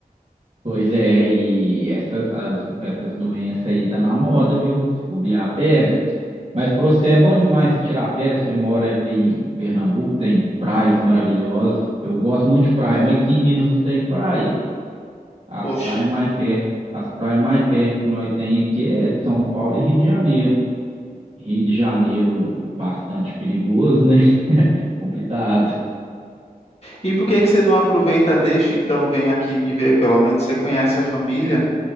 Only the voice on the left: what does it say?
Poxa.
E por que que você não aproveita, deixa, então vem aqui me ver? Pelo menos você conhece a família.